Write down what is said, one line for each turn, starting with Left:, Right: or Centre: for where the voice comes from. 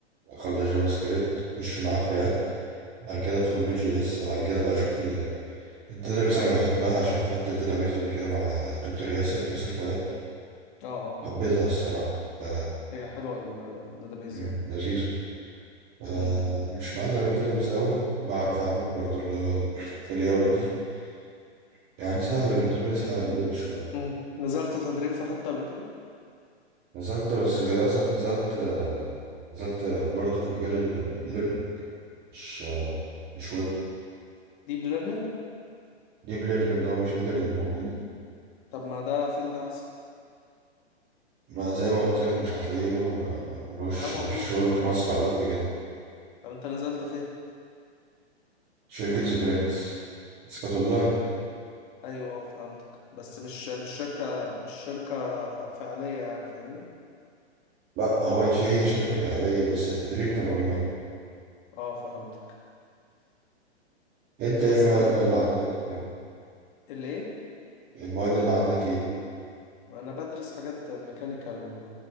Right: اخلص جافا سكريبت اخش معاه في رياكت بعد كده ادخل نود جي اس بعد كده بقى اشوف ال- الداتابيز انا بحبها عشان خدت الداتابيز قبل كده مع دكتور ياسر ياسر فؤاد
Left: اه اه
Right: حبيتها الصراحه ف...
Left: هي حلوة ال- الداتابيز
Right: مم،
Left: يعني
Right: لذيذه ف...
Left: امم
Right: مش معلم الداتابيز قوي بعرف اعمل برضو اللي هو الاي ار دي <laughs> يعني سهله بالنسبه لي سهله دي شويه
Left: امم نزلت تدريب في حتة قبل كده
Right: نزلت بس للاسف نزلت آه، نزلت برضه في مجال الماشين ليرنينج مش آه، مش ويب
Left: ديب ليرنينج
Right: ديب ليرنينج او ماشين ليرنينج
Left: طب ما ده فيلد احسن
Right: ما زي ما قلت لك مش هتلاقي له آه، ملوش
Left: ده موجود
Right: مفيش شغل
Left: شغله
Right: في
Left: موجود
Right: مصر على قد كده
Left: طب انت نزلت فين
Right: شركة سبرنت بس كانت اونلاين
Left: ايوه اه فهمتك بس مش مش شركة مش شركة فعلية يعني فاهمني
Right: لا هو هي هي شركة فعلية بس التدريب كان اونلاين
Left: اه فهمتك
Right: انت ايه
Left: بس
Right: المواد
Left: انا
Right: بقى اللي عندك وكده؟
Left: الايه
Right: المواد اللي عندك ايه بقى؟
Left: انا بدرس حاجات ميكانيكال و...